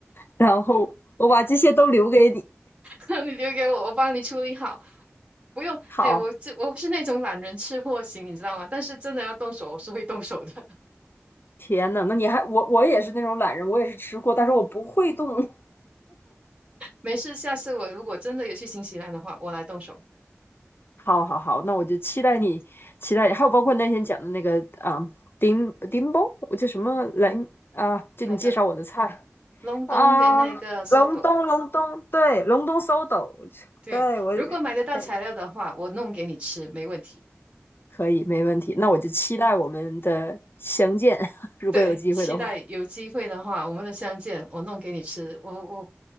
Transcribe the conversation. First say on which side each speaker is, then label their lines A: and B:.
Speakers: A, on the left; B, on the right.
A: 然后我把这些都留给你。
B: <laughs> 你留给我，我帮你处理好，不用。
A: 好，
B: 哎，我这我是那种懒人吃货型，你知道吗？但是真的要动手，我是会动手的。<laughs>
A: 天呐，那你还我我也是那种懒人，我也是吃货，但是我不会动，
B: 没事，下次我如果真的有去新西兰的话，我来动手。
A: 好好好，那我就期待你，期待你，还有包括那天讲的那个啊，丁丁包，我叫什么来啊？就你介绍我的菜
B: 那个隆冬跟那个
A: 啊，
B: soto，
A: 隆冬，隆冬，对，隆冬搜斗，我去对我，
B: 对，如果买得到材料的话，
A: 对，
B: 我弄给你吃，没问题。
A: 可以，没问题。那我就期待我们的相见，<laughs> 如果有机会的话。
B: 对，期待有机会的话，我们的相见，我弄给你吃。我我